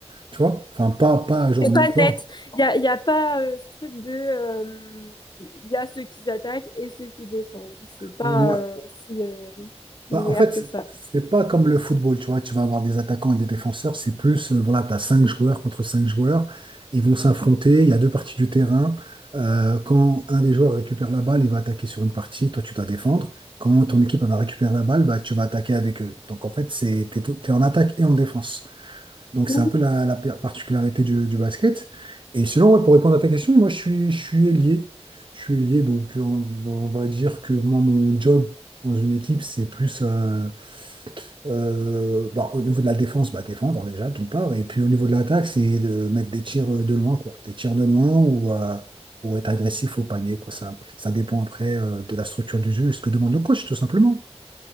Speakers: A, on the right (about 45°); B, on the left (about 40°).
A: tu vois. Enfin, pas, pas genre
B: C'est
A: en même
B: pas
A: temps.
B: net. Il y a, y a pas euh, ce truc de... euh, Il y a ceux qui attaquent et ceux qui défendent. C'est pas
A: Ouais.
B: euh, si euh, linéaire
A: Bah, en fait,
B: que ça.
A: c'est pas comme le football, tu vois, tu vas avoir des attaquants et des défenseurs, c'est plus, euh, voilà, t'as cinq joueurs contre cinq joueurs, ils vont s'affronter, il y a deux parties du terrain, Euh, quand un des joueurs récupère la balle, il va attaquer sur une partie, toi tu dois défendre, quand ton équipe elle va récupérer la balle, bah, tu vas attaquer avec eux. Donc en fait, c'est, t'es, tout- t'es en attaque et en défense. Donc
B: Mhm.
A: c'est un peu la, la per- particularité du, du basket. Et sinon, ouais, pour répondre à ta question, moi je suis, je suis ailier. Je suis ailier, donc euh, on, va on va dire que moi, mon job dans une équipe, c'est plus euh, euh, bah, au niveau de la défense, bah, défendre déjà, d'une part. Et puis au niveau de l'attaque, c'est de mettre des tirs euh, de loin, quoi. Des tirs de loin ou, euh, ou être agressif au panier, quoi. Ça, ça dépend après euh, de la structure du jeu et ce que demande le coach, tout simplement.